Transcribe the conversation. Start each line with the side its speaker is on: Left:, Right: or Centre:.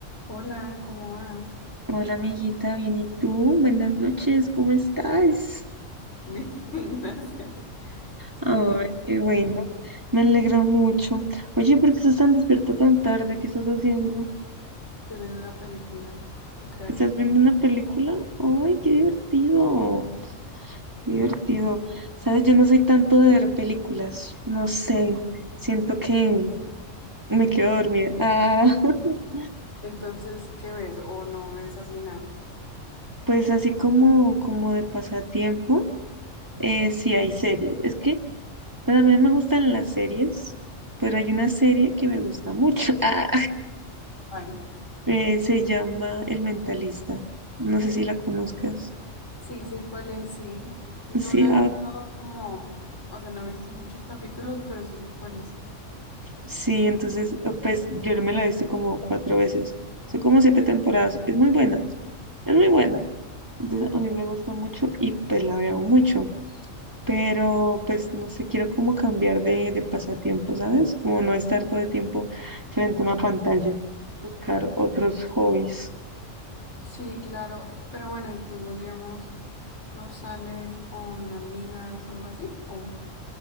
Left: Hola, ¿cómo vas?
Right: Hola amiguita, bien, ¿y tú? Buenas noches, ¿cómo estás?
Left: Bien, <laughs> gracias. Se
Right: Ay,
Left: trata
Right: qué
Left: de
Right: bueno,
Left: ti.
Right: me alegra mucho. Oye, ¿por qué estás tan despierta tan tarde? ¿Qué estás haciendo?
Left: Estoy viendo una película. ¿Tú qué haces?
Right: ¿Estás viendo una película? Ay, qué divertido, qué divertido. Sabes, yo no soy tanto de ver películas, no sé, siento que me quedo dormida. Ah, <laughs>
Left: Entonces, ¿qué ves? ¿O no ves así nada?
Right: pues así como, como de pasatiempo, eh, sí hay series. Es que Pues a mí no me gustan las series, pero hay una serie que me gusta mucho. <laughs> Ah,
Left: ¿Cuál?
Right: eh, se llama El Mentalista. No sé si la conozcas.
Left: Sí, sé cuál es, sí. No
Right: Sí,
Left: la he
Right: ah,
Left: visto como, o sea, no he visto muchos capítulos, pero sí sé cuál es.
Right: sí, entonces, ah, pues yo me la he visto como cuatro veces. Son como siete temporadas. Es muy buena, es muy buena. Entonces a mí me gusta mucho y pues la veo mucho. Pero pues no sé, quiero como cambiar de, de pasatiempo, ¿sabes? Como no estar todo el tiempo frente a una pantalla. Buscar otros hobbies.
Left: Sí, claro. Pero bueno, ¿y tú, digamos, no sales con amigas o algo así? ¿O